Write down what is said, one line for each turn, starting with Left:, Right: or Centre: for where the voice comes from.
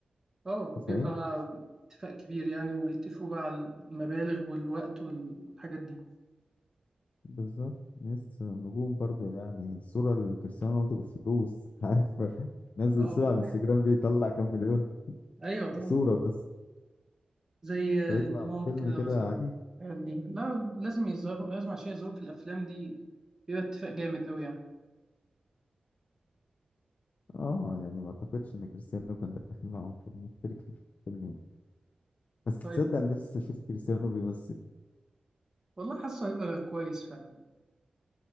Right: اه بيبقى
Left: انت فاهم
Right: بقى اتفاق كبير يعني وهيتفقوا بقى على المبالغ والوقت والحاجات دي
Left: بالظبط ناس نجوم برضه يعني الصورة لكريستيانو رونالدو بفلوس أنت عارف <laughs> نزل
Right: اه
Left: صورة على الانستجرام بيطلع كام مليون
Right: ايوه طبعا
Left: صورة بس
Right: زي
Left: فيطلع
Right: نيويورك
Left: فيلم
Right: كده
Left: كده
Right: مثلا
Left: عادي
Right: الحاجات دي لا لازم يظهر لازم عشان يظهروا في الافلام دي بيبقى اتفاق جامد قوي يعني
Left: اه يعني ما اعتقدش ان كريستيانو كان داخل معاهم في مشترك في الفيلم يعني. بس تصدق
Right: طيب
Left: انا نفسي اشوف كريستيانو بيمثل
Right: والله حاسه هيبقى كويس فعلا